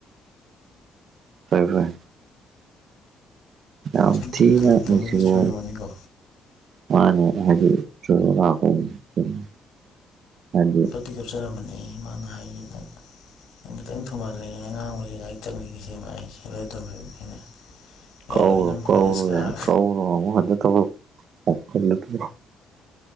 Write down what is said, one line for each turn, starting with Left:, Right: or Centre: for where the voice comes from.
Right: ꯍꯣꯏ ꯍꯣꯏ ꯌꯥꯝ
Left: ꯁꯨꯝ
Right: ꯊꯤꯅ
Left: ꯇꯨꯝꯁꯤꯜꯂꯛꯇꯕꯒꯤ
Right: ꯅꯨꯡꯁꯤꯕ
Left: ꯁꯣꯏꯔꯣꯅꯤꯀꯣ
Right: ꯋꯥꯔꯤꯅꯤ <unintelligible>
Left: <unintelligible> ꯀꯥꯞꯆꯔꯝꯕꯅꯤ ꯃꯥꯅ <unintelligible> ꯈꯤꯇꯪ ꯊꯨꯃꯜꯂꯦꯅ ꯑꯉꯥꯡ ꯑꯣꯢꯔꯤ ꯂꯤꯢꯔꯤꯛ ꯇꯝꯃꯤꯒꯦ <unintelligible> ꯍꯦꯂꯣꯏ ꯑꯇꯣꯝꯕꯤ <unintelligible> ꯌꯥꯔꯣꯏ
Right: ꯀꯧꯔꯣ
Left: ꯅꯪ ꯀꯣꯂꯦꯁ
Right: ꯀꯧꯔꯣ
Left: ꯀꯥ
Right: ꯌꯥꯏ <unintelligible>